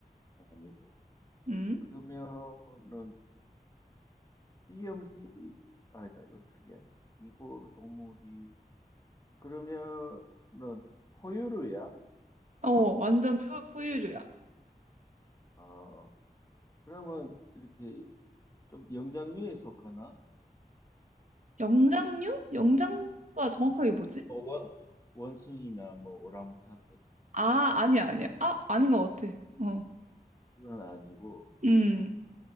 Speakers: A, on the left; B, on the right.
A: 아니고.
B: 음.
A: 그러면은 이 음식, 이, 아니다, 음식이 아니지. 이고 동물이, 그러면은 포유류야?
B: 어, 완전 포, 포유류야.
A: 아, 그러면 이렇게 좀 영장류에 속하나?
B: 영장류? 영장류가 정확하게 뭐지?
A: 뭐, 뭐, 원숭이나 뭐 오랑우탄 같은
B: 아, 아니야, 아니야. 아, 아닌 것 같아. 어.
A: 그건 아니고,
B: 음.